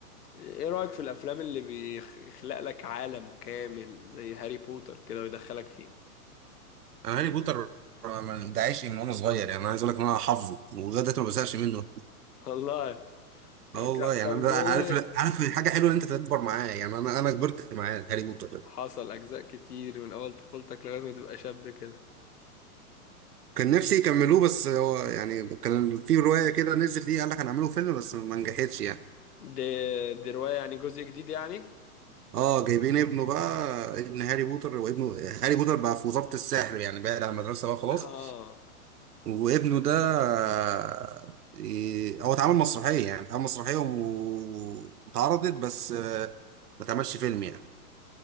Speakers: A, on the left; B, on the right.
A: ايه رأيك في الأفلام اللي بيخلق لك عالم كامل زي هاري بوتر كده ويدخلك فيه
B: انا هاري بوتر ده عايش من وانا صغير يعني انا عايز اقول لك ان انا حافظه ولغايه دلوقتي ما بزهقش منه
A: <laughs> والله ك-
B: اه والله
A: ك-
B: يعني
A: كان
B: انا بقى
A: بيقول
B: عارف
A: ايه
B: عارف حاجه حلوه ان انت تكبر معاه يعني انا انا كبرت معاه هاري بوتر ده
A: حصل أجزاء كتير من أول طفولتك لغاية ما تبقى شاب كده
B: كان نفسي يكملوه بس هو يعني كان في روايه كده نزلت ليه قال لك هنعمله فيلم بس ما نجحتش يعني
A: دي دي رواية يعني جزء جديد يعني
B: اه جايبين ابنه بقى ابن هاري بوتر وابنه هاري بوتر بقى في وزارة السحر يعني بعد عن المدرسة
A: <laughs>
B: بقى خلاص
A: اه
B: وابنه ده آه، إيه، هو اتعمل مسرحية يعني اتعمل مسرحية و- واتعرضت بس آه، ما اتعملش فيلم يعني